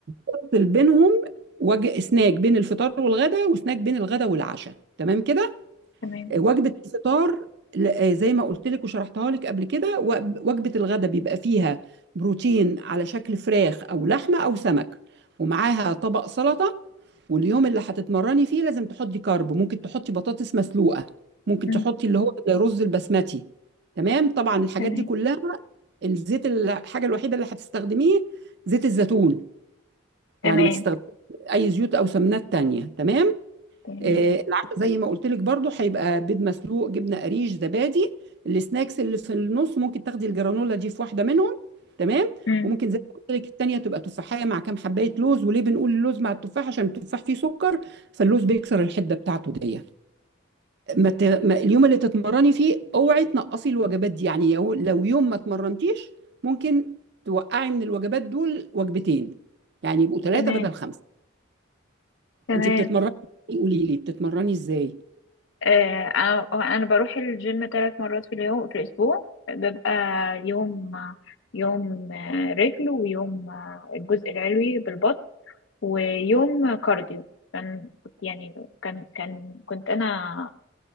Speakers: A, on the right; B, on the left.
A: فاصل بينهم وجه سناك بين الفطار والغداء وسناك بين الغداء والعشاء تمام كده
B: تمام
A: وجبة الفطار ل- آه، زي ما قلت لك وشرحتها لك قبل كده وجب- وجبة الغداء بيبقى فيها بروتين على شكل فراخ أو لحمة أو سمك ومعاها طبق سلطة واليوم اللي هتتمرني فيه لازم تحطي كارب ممكن تحطي بطاطس مسلوقة ممكن
B: امم
A: تحطي اللي هو الرز البسمتي تمام طبعا الحاجات
B: تمام
A: دي كلها الزيت الحاجة الوحيدة اللي هتستخدميه زيت الزيتون
B: تمام
A: يعني ما تستخدميش اي زيوت او سمنات تانية تمام
B: تمام
A: آه، العشاء زي ما قلت لك برضو هيبقى بيض مسلوق جبنه قريش زبادي السناكس اللي في النص ممكن تاخدي الجرانولا دي في واحده منهم تمام
B: امم
A: وممكن زي ما قلت لك التانية تبقى تفاحيه مع كام حبايه لوز وليه بنقول اللوز مع التفاح عشان التفاح فيه سكر فاللوز بيكسر الحده بتاعته دي ما ت... ما اليوم اللي تتمرني فيه اوعي تنقصي الوجبات دي يعني يو- لو يوم ما اتمرنتيش ممكن توقعي من الوجبات دول وجبتين يعني يبقوا ثلاثه
B: تمام
A: بدل خمسه
B: تمام
A: انت بتتمرني قولي لي بتتمرني ازاي
B: آه انا انا بروح الجيم ثلاث مرات في اليوم في الاسبوع ببقى يوم يوم آه، رجل ويوم آه، الجزء العلوي بالبطن ويوم كارديو عشان كنت يعني كان كان كنت انا